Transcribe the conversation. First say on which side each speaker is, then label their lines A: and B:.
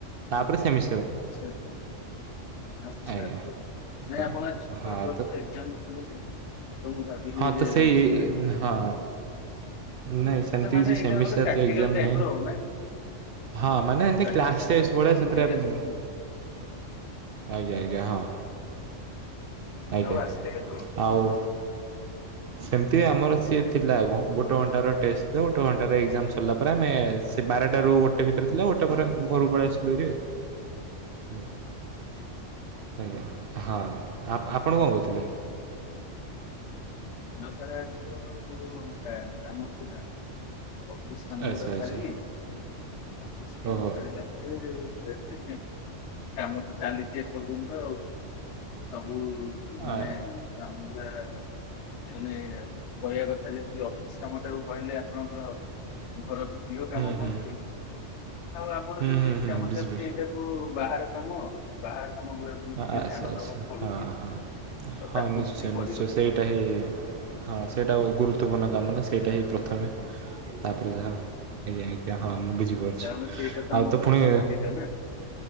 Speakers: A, on the right; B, on the left.
A: ତାପରେ ସେମି
B: ଆଚଛା ଆଚ୍ଛା ଆଚ୍ଛା
A: ଆଜ୍ଞା।
B: ଆଚ୍ଛା। ନାଇଁ
A: ତ
B: ଆପଣ ଆଜି ସକାଳେ
A: ହଁ
B: କହୁଥିଲେ
A: ତ
B: ଏକ୍ଜାମ ଦୋଉଚନ୍ତି ବୋଲି। ତ ମୁଁ ଭାବିଲି
A: ହଁ
B: ଯେ
A: ତ ସେଇ
B: ଆଜି ମାନେ
A: ହଁ। ନାଇଁ ସେମିତି
B: ଆଚ୍ଛା ମାନେ
A: କିଛି
B: ଏଇଟା
A: ସେମିଷ୍ଟାର
B: ଗୋଟେ ପ୍ରାକ୍ଟିକାଲ
A: ତ ଏକ୍ଜାମ
B: ଟାଇପ
A: ନାଇଁ।
B: ର ନା କି
A: ହଁ ମାନେ ଏମିତି
B: ପ୍ରାକ୍ଟିକାଲ
A: କ୍ଲାସ ସ୍ତେସ
B: ଯେମିତି
A: ଭଲିଆ
B: ଯାଇ ବୁଲିକି
A: ସେଥିରେ ଆବମ
B: ଆସନ୍ତୁ
A: ଆଜ୍ଞା ଆଜ୍ଞା ହଁ ଆଜ୍ଞା
B: ଆଉ ଆସିଲେ କେତେବେଳକୁ
A: ଆଉ ସେମିତି ଆମର ସିଏ ଥିଲା ଗୋଟେ ଘଣ୍ଟାର ଟେଷ୍ଟ ଗୋଟେ ଘଣ୍ଟାର ସରିଲା ପରେ ଆମେ ସେ ବାରଟା ରୁ ଗୋଟେ ଭିତରେ ଥିଲା ଗୋଟେ ପରେ ଘରକୁ ପଳେଇ ଆସଥିଲୁ ଭାରି। ହ ଆଜ୍ଞା ହଁ ଆପଣ କଣ କହୁଥିଲେ?
B: ଆଉ ସାର୍ ଆଜି ତ ମୋର କା କାମଥିଲା। ଅଫିସ କାମ
A: ଆଚ୍ଛା
B: ଗୁଡ଼ା ସାରିଲି
A: ଆଚ୍ଛା
B: ଅଫିସ କାମ
A: ଓହୋ।
B: ସାରିଲା <unintelligible> କାମ ତ ଚାଲିଛି ଏପର୍ଯ୍ୟନ୍ତ ସବୁ ମାନେ
A: ଆ
B: କାମର ତାନେ କହିବା କଥା ଯେମିତି ଅଫିସ କାମ ଟାକୁ କହିଲେ ଆପଣଙ୍କର ଘର ଭିତ୍ତିକ କାମ
A: ହୁଁ
B: ବନୁଛି
A: ହୁଁ
B: ଆଉ ଆମର
A: ହୁଁ
B: ଯୋଉ
A: ହୁଁ
B: ଏଇ
A: ହୁଁ
B: କାମ
A: ବୁଝିପାରୁଛି।
B: ଚାଲିଛି ଏଇଟା କୁ ବାହାର କାମ ଆଉ ବାହାର କାମ ଗୁଡାକୁ ବି ଟିକେ
A: ଆଚ୍ଛା
B: ଧ୍ୟାନ
A: ଆଚଛା
B: ଦବାକୁ ପଡୁଛି
A: ହଁ ହଁ
B: ତ
A: ହଁ
B: ତାକୁ
A: ନିଶ୍ଚୟ
B: ଟିକେ କରିବାକୁ
A: ନିଶ୍ଚୟ ସେଇଟା
B: ପଡୁଛି
A: ହେ ହଁ
B: ଆଉ।
A: ସେଇଟା ଗୁରୁତ୍ୱପୂର୍ଣ୍ଣ କାମ ନା ସେଇଟା ହିଁ ପ୍ରଥମେ ତାପରେ ଯାହା ଆଜ୍ଞା, ଆଜ୍ଞା ହଁ ମୁଁ ବୁଝିପାରୁଛି
B: କାରଣ ସେଇଟା ଆମ
A: ଆଉ ତ
B: ଭାତ
A: ପୁଣି
B: ହାଣ୍ଡି ଟା ନା।